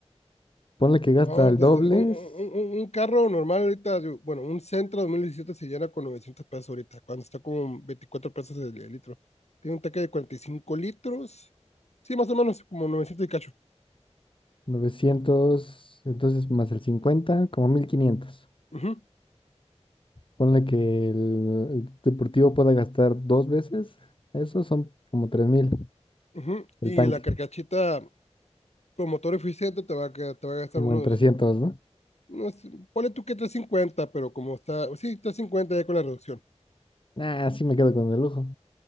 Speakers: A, on the left; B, on the left.
A: Ponle que gasta
B: No,
A: el
B: entonces,
A: doble,
B: un, un-
A: es
B: un- un carro normal ahorita, yo- bueno, un Sentra 2017 se llena con 900 pesos ahorita, cuando está con 24 pesos el, el litro. Tiene un tanque de 45 litros, sí, más o menos como 900 y cacho.
A: 900, entonces más el 50, como 1500.
B: Ujú,
A: Ponle que el, el deportivo pueda gastar dos veces, eso son como 3000
B: ujú.
A: el
B: Y
A: tanque.
B: la carcachita con motor eficiente te va a, que- te va a gastar
A: Como
B: unos,
A: en 300, ¿no?
B: unos, ponle tú que trescientos cincuenta pero como está, sí, 350 ya con la reducción,
A: Ah, sí me quedo con el lujo.